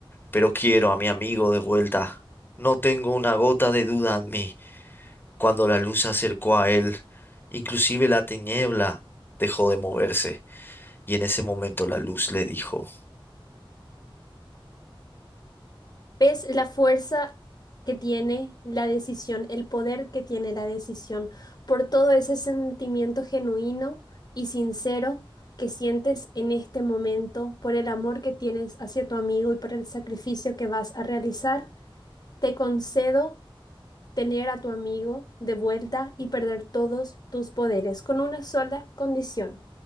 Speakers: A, on the left; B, on the left.
A: pero quiero a mi amigo de vuelta. No tengo una gota de duda en mí. Cuando la luz se acercó a él, inclusive la tiniebla dejó de moverse, y en ese momento la luz le dijo,
B: ¿Ves la fuerza que tiene la decisión, el poder que tiene la decisión, por todo ese sentimiento genuino y sincero que sientes en este momento, por el amor que tienes hacia tu amigo y por el sacrificio que vas a realizar? Te concedo tener a tu amigo de vuelta y perder todos tus poderes, con una sola condición,